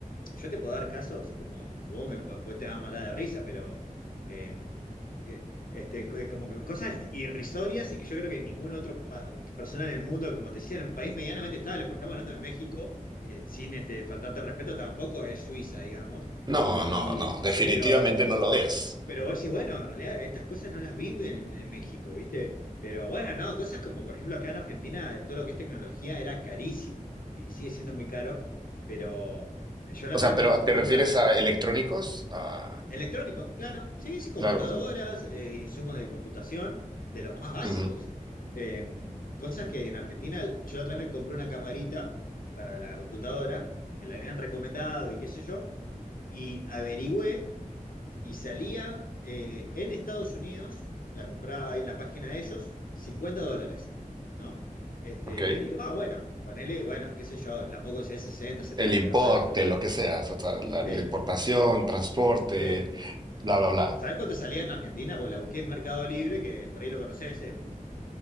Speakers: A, on the left; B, on the right.
A: yo te puedo dar casos como vos, me, po- vos te vas a matar de risa, pero eh, eh, este, co- como que cosas irrisorias y que yo creo que ningún otro pa- persona en el mundo, como te decía, en un país medianamente estable, porque estamos hablando de México, que sin este, faltarte respeto tampoco es Suiza, digamos.
B: No,
A: Y,
B: no, no,
A: y-
B: definitivamente
A: pero
B: no lo es.
A: pero vos decís, bueno, en realidad estas cosas no las viven en, en México, ¿viste? Pero bueno, no, cosas como, por ejemplo, acá en Argentina, eh, todo lo que es tecnología era carísimo y sigue siendo muy caro, pero eh, yo la
B: O
A: otra
B: sea,
A: vez
B: pero
A: me compré
B: ¿te refieres
A: una
B: a electrónicos? A-
A: electrónico, claro, sí, sí, computadoras,
B: claro, un-
A: eh, insumos de computación, de los más básicos.
B: ujú,
A: Eh, cosas que en Argentina, yo la otra vez me compré una camarita para la computadora, me la habían recomendado y qué sé yo, y averigüé y salía eh, en Estados Unidos, la compraba ahí en la página de ellos, 50 dólares, ¿no? Este,
B: ok.
A: y digo, ah, bueno, ponele, bueno, qué sé yo, la poco sería 60 70
B: El importe,
A: capaz de otro lugar.
B: lo que sea, hasta la, la
A: Te-
B: importación,
A: eh,
B: transporte,
A: te-
B: bla, bla, bla.
A: ¿sabés cuánto salía en Argentina? Pues la busqué en Mercado Libre, que por ahí lo conocés, es un,